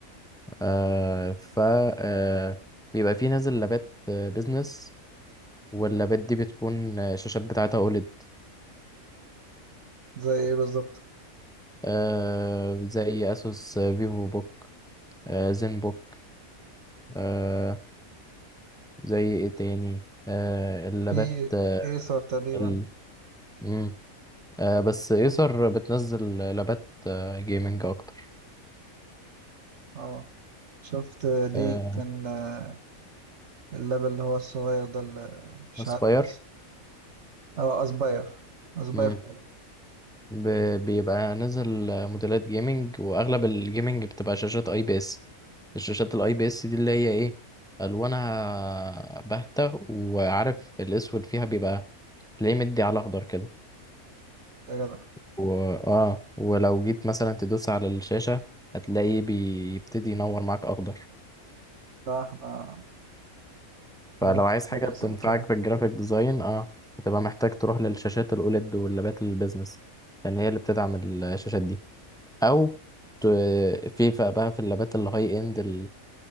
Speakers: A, in the centre; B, on the right.
A: آه، ف آه، بيبقى فيه نازل لابات آه، بيزنس واللابات دي بتكون آه، الشاشات بتاعتها أوليد
B: زي ايه بالظبط
A: آه زي اسوس فيفو بوك آه زين بوك آه زي ايه تاني آه اللابات
B: في
A: آه
B: ايسر تقريبا
A: ال... مم. آه بس ايسر بتنزل لابات آه، جيمنج اكتر
B: اه شفت ليه
A: آه
B: كان آه، اللاب اللي هو الصغير ده اللي مش
A: اسباير
B: عارف اسمه اه اسباير اسباير
A: مم.
B: فايف.
A: ب... بيبقى نازل آه، موديلات جيمنج واغلب الجيمنج بتبقى شاشات اي بي اس الشاشات الاي بي اس دي اللي هي ايه الوانها باهتة وعارف الاسود فيها بيبقى تلاقيه مدي على اخضر كده
B: يا جدع
A: و... اه ولو جيت مثلا تدوس على الشاشة هتلاقيه بيبتدي ينور معاك اخضر
B: لا احنا خلينا
A: فلو عايز
B: في
A: حاجة
B: حاجة احسن
A: تنفعك
B: من كده
A: في الجرافيك ديزاين اه هتبقى محتاج تروح للشاشات الاوليد واللابات البيزنس لان هي اللي بتدعم الشاشات دي او ت... في بقى بقى في اللابات الهاي اند ال-